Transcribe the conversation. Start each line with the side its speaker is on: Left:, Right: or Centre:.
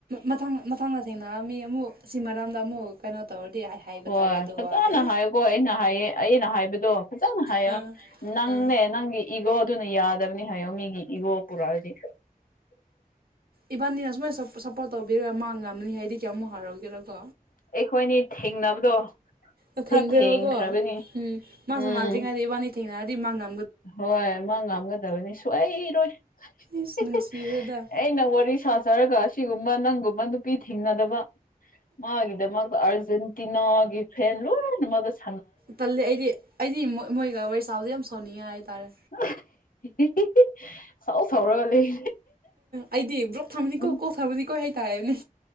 Right: ꯃꯊꯪ ꯃꯊꯪꯗ ꯊꯦꯡꯅꯔꯗꯤ ꯑꯃꯨꯛ ꯁꯤ ꯃꯔꯝꯗ ꯑꯃꯨꯛ ꯀꯩꯅꯣ ꯇꯧꯔꯗꯤ ꯍꯥꯏꯕ
Left: ꯍꯣꯏ
Right: ꯇꯥꯔꯦ ꯑꯗꯨ
Left: ꯐꯖꯅ
Right: ꯋꯥꯗꯤ
Left: ꯍꯥꯏꯌꯣꯀꯣ ꯑꯩꯅ ꯍꯥꯏꯌꯦ ꯑꯩꯅ ꯍꯥꯏꯕꯗꯣ ꯐꯖꯅ ꯍꯥꯏꯌꯣ
Right: ꯑꯥ
Left: ꯅꯪꯅꯦ
Right: ꯑꯥ
Left: ꯅꯪꯒꯤ ꯏꯒꯣꯗꯨꯅ ꯌꯥꯗꯕꯅꯤ ꯍꯥꯏꯌꯣ ꯃꯤꯒꯤ ꯏꯒꯣ ꯄꯨꯔꯛꯑꯗꯤ
Right: ꯏꯕꯥꯅꯤꯅ ꯁꯨꯃꯥꯏꯅ ꯁꯞꯄꯣꯔꯠ ꯇꯧꯕꯤꯔ ꯃꯥꯉꯝꯅꯤ ꯍꯥꯏꯗꯤ ꯀꯌꯥꯃꯨꯛ ꯍꯔꯥꯎꯒꯦꯔꯀꯣ
Left: ꯑꯩꯈꯣꯏꯅꯤ ꯊꯦꯡꯅꯕꯗꯣ
Right: ꯑ
Left: ꯈꯔ
Right: ꯊꯦꯡꯒ꯭ꯔꯦꯕꯀꯣ
Left: ꯊꯦꯡꯈ꯭ꯔꯕꯅꯤ
Right: ꯎꯝ ꯃꯥ
Left: ꯎꯝ
Right: ꯁꯝꯅꯗ꯭ꯔꯤꯉꯩꯗꯥ ꯏꯕꯥꯅꯤ ꯊꯦꯡꯅꯛꯑꯗꯤ ꯃꯥꯥꯅ
Left: ꯍꯣꯏ ꯃꯥ ꯉꯥꯝꯒꯗꯕꯅꯤ ꯁꯣꯏ ꯏꯔꯣꯏ <unintelligible>
Right: ꯏꯁ ꯅꯨꯡꯁꯤꯈ꯭ꯔꯦꯗ
Left: ꯑꯩꯅ ꯋꯥꯔꯤ ꯁꯥꯖꯔꯒ ꯑꯁꯤꯒꯨꯝꯕ ꯅꯪꯒꯨꯝꯕ ꯅꯨꯄꯤ ꯊꯦꯡꯅꯗꯕ ꯃꯥꯒꯤꯗꯃꯛꯇ ꯑꯥꯔꯖꯦꯟꯇꯤꯅꯥꯒꯤ ꯐꯦꯟ ꯂꯣꯢꯅꯃꯛ ꯑꯁ
Right: ꯇꯜꯂꯤ ꯑꯩꯗꯤ ꯑꯩꯗꯤ ꯃꯣꯏ ꯃꯣꯏꯒ ꯋꯥꯔꯤ ꯁꯥꯕꯗ ꯌꯥꯝ ꯁꯥꯎꯅꯤꯡꯉꯦ ꯍꯥꯏꯇꯥꯔꯦ
Left: <unintelligible> ꯁꯥꯎ ꯁꯥꯎꯔꯒ ꯂꯩ
Right: ꯑꯩꯗꯤ ꯕ꯭ꯂꯣꯛ ꯊꯝꯃꯅꯤꯀꯣ
Left: ꯎꯝ <unintelligible>
Right: ꯀꯣꯛ ꯁꯥꯕꯨꯗꯤ ꯀꯣꯛꯑꯦ ꯍꯥꯏ ꯇꯑꯅꯦ